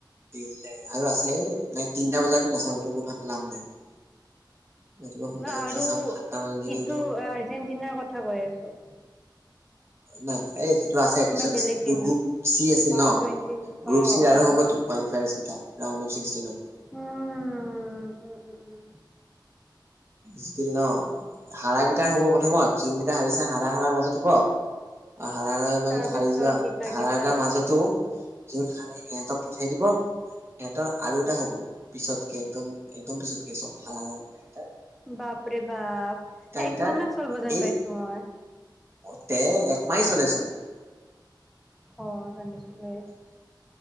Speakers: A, on the right; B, in the centre.
A: দিলে আৰু আছে এ তিনটা বজাতো নাচাও, এইটো একো ভাল লাভ নাই। ৰাতিপুৱা সোনকালে
B: ন আৰু,
A: উঠিলে চাম সাতটা মানত যদি
B: ইটো
A: উঠো
B: আৰ্জেণ্টিনাৰ কথা কৈ আছো।
A: নাই এই সেইটো আছে,
B: কোনোবা
A: পিছত
B: বেলেগ
A: আছে, সেইটো
B: দিনা
A: গ্ৰুপ চি আছিল
B: অ
A: ন,
B: টুৱেণ্টি
A: গ্ৰুপ
B: অ
A: চিৰ আৰু
B: অ
A: হ'বতো। কোৱালিফাইং জিকা ৰাউণ্ড অফ ছিক্সষ্টিনত।
B: উম উম উম উম
A: জিতিল ন, হাৰা কেইটাৰ হ'ব প্ৰথমত, যোনকেইটাৰ হাৰিছে হাৰা, হাৰা মাজত হ'ব। হাৰা হাৰা মাজত
B: তাৰপিছত
A: হাৰি যোৱা,
B: জিতা
A: হাৰাৰ
B: কেইটা
A: যাৰ মাজতো। যোন হাৰে, সিহঁতক পঠিয়াই দিব। সিহঁতৰ আৰু এটা হ'ব, পিছতকে একদম একদম পিছতকে, চব হাৰা হাৰা কেইটাৰ।
B: বাপৰে বাপ, একমাহ
A: কেইটাৰ
B: মান চলিব যেন
A: এই
B: পাইছো মই।
A: অ', তে একমাহ চলেচোন।
B: অ', জানিছোঁ। যে,